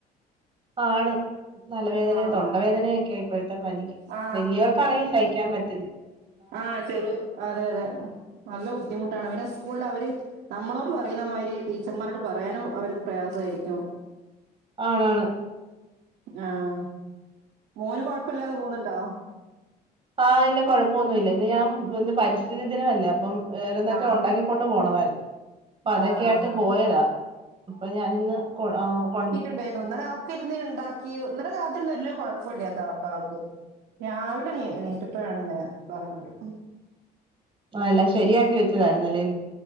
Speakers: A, on the right; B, on the right.
A: ആണ് വേദനയും
B: ആ
A: തൊണ്ട
B: ആ
A: വേദനയൊക്കെയ ഇപ്പോഴത്തെ പനിക്ക്
B: ആ
A: വലിയവർക്കാണെങ്കിൽ സഹിക്കാൻ പറ്റുന്നില്ല
B: ആഹ് ചെറു അതെ അതെ നല്ല ബുദ്ധിമുട്ടാണ് പിന്നെ സ്കൂളിൽ അവര്- നമ്മളോട് പറയുന്നമാതിരി ടീച്ചർമാരോട് പറയാനും അവർക്ക് പ്രയാസായിരിക്കും
A: ആണ് ആണ്
B: ആഹ് മോന് കൊഴപ്പില്ലാതെ പോന്നുണ്ടോ
A: ആഹ് ഇല്ല കുഴപ്പൊന്നുല്ല ഇന്ന് ഞാൻ ഇന്ന് പരിസ്ഥിതി ദിനവല്ലേ അപ്പം ഏതെലുവോക്കെ
B: ആഹ്
A: ഉണ്ടാക്കി- കൊണ്ട് പോണമായിരുന്നു അപ്പൊ അതൊക്കെയായിട്ട്
B: ആഹ്
A: പോയതാ അപ്പൊ ഞാനിന്ന് കൊ കൊണ്ടാ -
B: ഉണ്ട ഒന്നാ <unintelligible> ഇരുന്ന് ഒണ്ടാക്കി ഇന്നലെ രാത്രിയില് ഒരു - കൊഴപ്പില്ലാത്ത ആൾ ആൾക്ക് രാവിലെ എണീറ്റിപ്പോഴാണ് ഇങ്ങനെ പറഞ്ഞത്
A: ആഹ് എല്ലാം ശരിയാക്കി വെച്ചതായിരുന്നുയില്ലേ